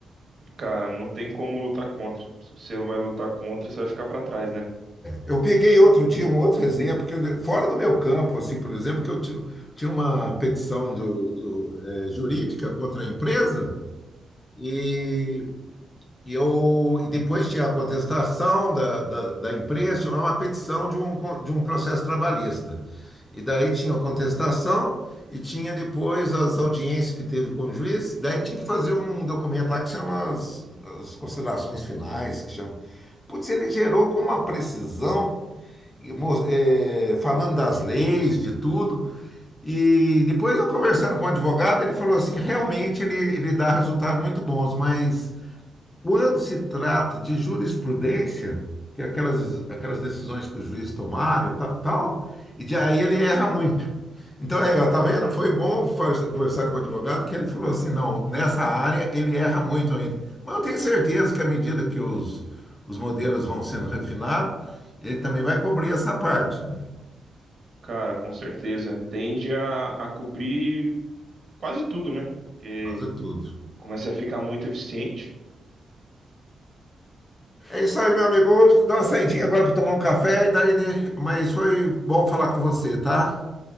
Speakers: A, on the right; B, on the left.
A: Cara, não tem como lutar contra. Se você vai lutar contra, você vai ficar pra trás, né?
B: Eu peguei outro dia um outro exemplo que fora do meu campo, assim, por exemplo, que eu tinha, tinha uma petição do, do, eh, jurídica contra a empresa. e E eu, e depois tinha a contestação da, da, da empresa, tinha uma petição de um, con- de um processo trabalhista. E daí tinha a contestação e tinha depois as audiências que teve com o juiz. Daí tinha que fazer um documento lá que chama as, as considerações finais, que chama. Putz, ele gerou com uma precisão, e mo- eh, falando das leis, de tudo. E depois eu conversando com o advogado, ele falou assim, realmente ele, ele dá resultados muito bons, mas... Quando se trata de jurisprudência, que é aquelas, aquelas decisões que os juízes tomar e ta- tal, e de, aí ele erra muito. Então, aí, ó, tá
A: Uhum.
B: vendo? Foi bom faz- conversar com o advogado que ele falou assim, não, nessa área ele erra muito ainda. Mas eu tenho certeza que à medida que os, os modelos vão sendo refinados, ele também vai cobrir essa parte, né?
A: Cara, com certeza. Tende a, a cobrir quase tudo, né? Porque
B: Fazer tudo.
A: começa a ficar muito eficiente.
B: É isso aí, meu amigo. Eu Vou dar uma saidinha agora para tomar um café, e daí... mas foi bom falar com você, tá?